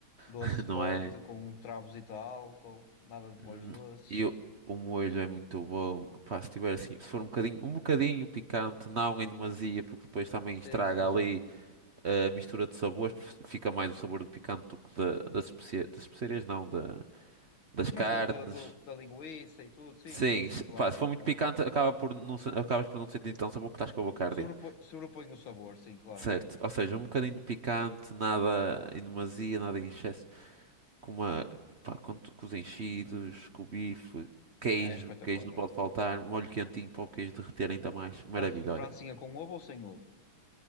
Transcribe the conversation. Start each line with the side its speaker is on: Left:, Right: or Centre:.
Left: Doce
Right: <laughs> Não
Left: forte,
Right: é?
Left: com um travozito de álcool, nada de molhos
Right: Hum,
Left: doces.
Right: E o o molho é muito bom. Pá, se tiver assim, se for um bocadinho, um bocadinho picante, não em demasia, porque depois também
Left: Sim,
Right: estraga
Left: sim, sim.
Right: ali eh, a mistura de sabores, porque fica mais o sabor do picante do que da- das especiarias, das especiarias não, da, das
Left: Mas
Right: carnes.
Left: da, da, do- da linguiça e tudo, sim,
Right: Sim,
Left: sim, sim,
Right: se-
Left: claro,
Right: pá, se
Left: claro,
Right: for muito
Left: claro.
Right: picante, acaba por não, se- acabas por não sentir tão sabor que estás com a boca a arder.
Left: Sobrepõe, sobrepõe o sabor, sim, claro,
Right: Certo,
Left: claro.
Right: ou seja, um bocadinho de picante, nada em demasia, nada em excesso. com uma, pá, com, tu- com os enchidos, com o bife, queijo,
Left: É, espetacular,
Right: queijo não pode
Left: é.
Right: faltar, molho quentinho para o queijo derreter ainda mais. Maravilha,
Left: Fran-
Right: olha.
Left: Francinha com ovo ou sem ovo?